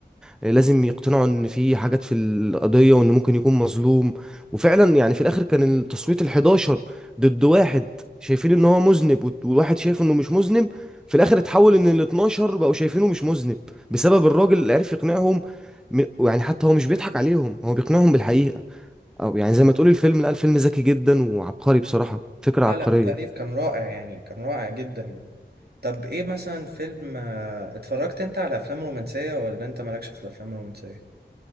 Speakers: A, in the centre; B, on the right.
A: لازم يقتنعوا ان في حاجات في القضيه وان ممكن يكون مظلوم وفعلا يعني في الاخر كان التصويت ال11 ضد واحد شايفين ان هو مذنب وت- وواحد شايف انه مش مذنب في الاخر اتحول ان ال12 بقوا شايفينه مش مذنب بسبب الراجل اللي عرف يقنعهم م- يعني حتى هو مش بيضحك عليهم هو بيقنعهم بالحقيقه او يعني زي ما تقول الفيلم لا الفيلم ذكي جدا وعبقري بصراحة فكرة
B: لا
A: عبقرية
B: لا التأليف كان رائع يعني كان رائع جدا يعني طب ايه مثلا فيلم آه، اتفرجت انت على افلام رومانسية ولا انت مالكش في الافلام الرومانسية